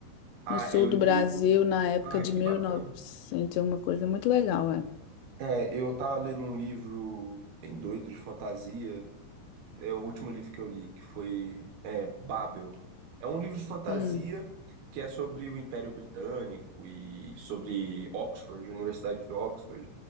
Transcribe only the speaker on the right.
Ah,
eu
li
um.
Ah,
que
bacana.
É, eu tava lendo um livro bem doido de fantasia. é o último livro que eu li, que foi é, Babel. É um livro de fantasia
que é sobre o Império Britânico e sobre Oxford, Universidade de Oxford,